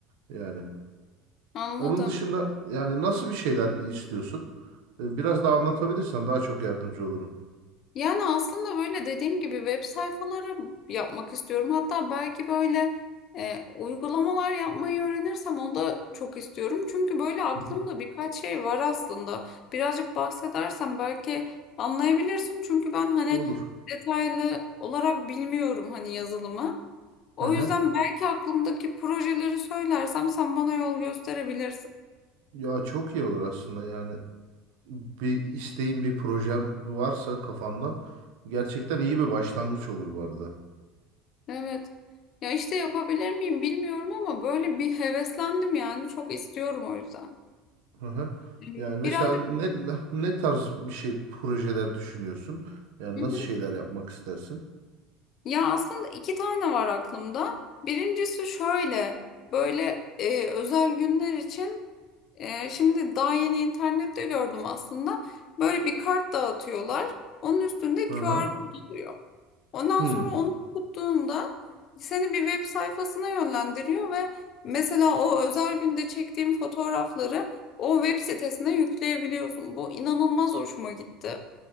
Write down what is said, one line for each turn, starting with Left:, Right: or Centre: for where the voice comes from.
Right: Yani
Left: anladım.
Right: onun dışında yani nasıl bir şeyler istiyorsun? Ee, biraz daha anlatabilirsen daha çok yardımcı olurum.
Left: Yani aslında böyle dediğim gibi web sayfaları yapmak istiyorum. Hatta belki böyle e, uygulamalar yapmayı öğrenirsem onu da çok istiyorum. Çünkü böyle aklımda
Right: Hı hı.
Left: birkaç şey var aslında. Birazcık bahsedersem belki anlayabilirsin. Çünkü ben hani
Right: Olur.
Left: detaylı olarak bilmiyorum hani yazılımı. O
Right: Aha.
Left: yüzden belki aklımdaki projeleri söylersem sen bana yol gösterebilirsin.
Right: Ya çok iyi olur aslında yani. bir isteğin, bir projen varsa kafanda gerçekten iyi bir başlangıç olur bu arada.
Left: Evet. Ya işte yapabilir miyim bilmiyorum ama böyle bir heveslendim yani çok istiyorum o yüzden.
Right: Hı hı.
Left: Hmm,
Right: Yani mesela
Left: Birazcık
Right: ne ne tarz bir şey projeler düşünüyorsun? Yani
Left: Hı
Right: nasıl
Left: hı.
Right: şeyler yapmak istersin?
Left: ya aslında iki tane var aklımda. Birincisi şöyle böyle e, özel günler için e, şimdi daha yeni internette gördüm aslında. Böyle bir kart dağıtıyorlar. Onun üstünde
Right: Hı
Left: QR
Right: hı.
Left: kod oluyor. Ondan
Right: Hmm.
Left: sonra onu tuttuğunda seni bir web sayfasına yönlendiriyor ve mesela o özel günde çektiğim fotoğrafları o web sitesine yükleyebiliyorsun. Bu inanılmaz hoşuma gitti.